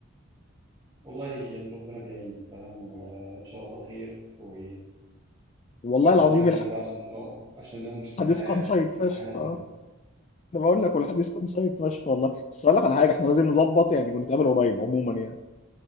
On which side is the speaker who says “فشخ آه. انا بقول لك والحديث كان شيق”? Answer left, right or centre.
Left